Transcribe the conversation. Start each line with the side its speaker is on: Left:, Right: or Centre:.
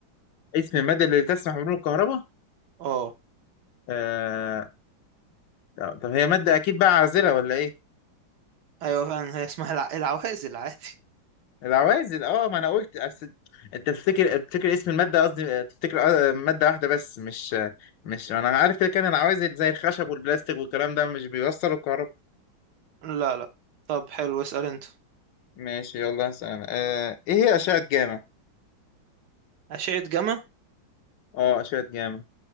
Left: اسم المادة اللي تسمح بمرور الكهرباء
Right: أه
Left: آه... طب طب هي مادة أكيد بقى عازلة ولا إيه؟
Right: أيوه فعلا هي اسمها الع... العوازل عادي
Left: العوازل أه ما أنا قلت أس... أنت تفتكر تفتكر اسم المادة قصدي آه، تفتكر آه، مادة واحدة بس مش آه، مش أنا عارف كده كان العوازل زي الخشب والبلاستيك والكلام ده مش بيوصلوا الكهرباء
Right: لا لا طب حلو اسأل أنت
Left: ماشي يلا هسأل أنا آه... إيه هي أشعة جاما؟
Right: أشعة جاما
Left: أه أشعة جاما